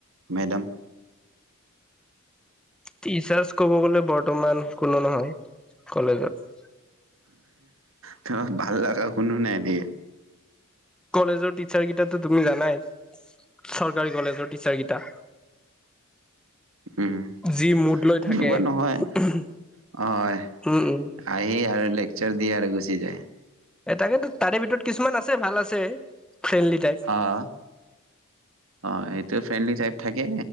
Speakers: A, on the right; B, in the centre.
A: মেডাম।
B: টিচাৰ্চ ক'ব গলে বৰ্তমান কোনো নহয়। কলেজত।
A: তোমাক ভাল লগা কোনো নাই নেকি।
B: কলেজৰ টিচাৰ কেইটাটো তুমি জানাই। চৰকাৰী কলেজৰ টিচাৰ কেইটা।
A: উম,
B: যি মোদ লৈ
A: তেনেকুৱা
B: থাকে
A: নহয়।
B: উম,
A: হয়,
B: উম।
A: আহি আৰু লেকচাৰ দিয়ে আৰু গুচি যায়।
B: এ তাকেতো তাৰে ভিতৰত কিছুমান আছে ভাল আছে। ফ্ৰেণ্ডলি টাইপ
A: অহ, অ সেটোয়ে ফ্ৰেণ্ডলি টাইপ থাকে।